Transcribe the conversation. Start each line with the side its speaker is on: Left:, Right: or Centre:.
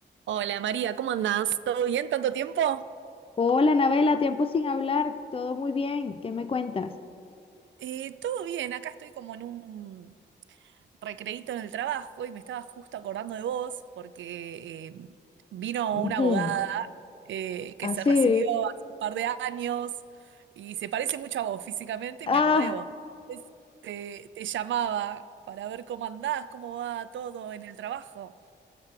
Right: Hola María, ¿cómo andás? ¿Todo bien? ¿Tanto tiempo?
Left: Hola, Anabela, tiempo sin hablar, todo muy bien, ¿qué me cuentas?
Right: Eh, todo bien, acá estoy como en un recreíto en el trabajo y me estaba justo acordando de vos porque eh, vino
Left: Ujú,
Right: una abogada eh, que
Left: Así.
Right: se recibió hace un par de años y se parece mucho a vos físicamente y
Left: Ah,
Right: me acordé de vos. Entonces, te, te llamaba para ver cómo andás, cómo va todo en el trabajo.